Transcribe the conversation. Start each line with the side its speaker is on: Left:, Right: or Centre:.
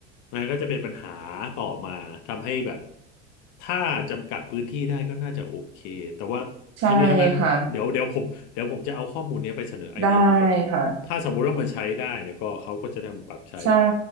Left: มันก็จะเป็นปัญหาต่อมาทำให้แบบถ้าจำกัดพื้นที่ได้ก็น่าจะโอเคแต่ว่าทั้งนี้ทั้งนั้นเดี๋ยวเดี๋ยวผมเดี๋ยวผมจะเอาข้อมูลเนี้ยไปเสนอไอเดียดูก่อน
Right: ใช่ค่ะได้ค่ะ
Left: ถ้าสมมติว่ามันใช้ได้เนี่ยก็เขาก็จะนำปรับใช้
Right: ใช่